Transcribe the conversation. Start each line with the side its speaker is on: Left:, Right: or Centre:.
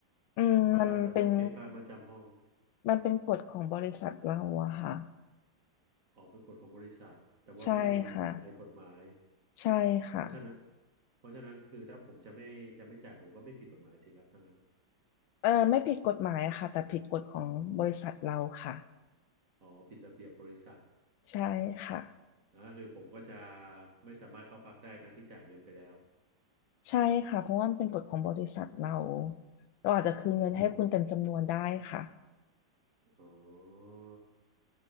Left: อืมมันเป็น
Right: ว่าจะต้องเก็บค่ามาจำห้อง
Left: มันเป็นกฎของบริษัทเราอะค่ะ
Right: ออกเป็นกฎของบริษัทแต่ว่าไม่ได้มีกำหนดในกฎหมาย
Left: ใช่ค่ะใช่ค่ะ
Right: เพราะฉะนั้นเพราะฉะนั้นคือถ้าผมจะไม่จะไม่จ่ายผมก็ไม่ผิดกฎหมายสิครับถ้างั้น
Left: เออไม่ผิดกฎหมายอะค่ะแต่ผิดกฎของบริษัทเราค่ะ
Right: อ๋อผิดระเบียบบริษัท
Left: ใช่ค่ะ
Right: นะคือผมก็จะไม่สามารถเข้าพักได้ทั้งที่จ่ายเงินไปแล้ว
Left: ใช่ค่ะเพราะว่ามันเป็นกฎของบริษัทเราเราอาจจะคืนเงินให้คุณเต็มจำนวนได้ค่ะ
Right: อ๋อแล้วผมอ๋อ